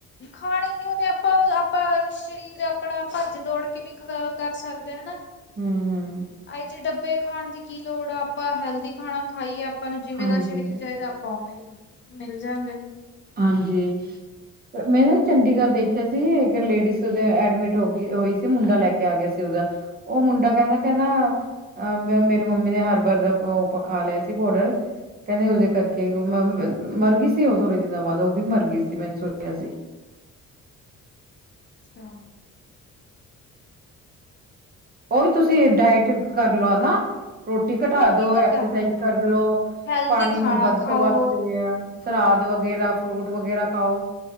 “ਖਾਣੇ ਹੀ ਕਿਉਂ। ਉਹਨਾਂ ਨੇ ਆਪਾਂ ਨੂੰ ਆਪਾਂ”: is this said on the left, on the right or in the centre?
Left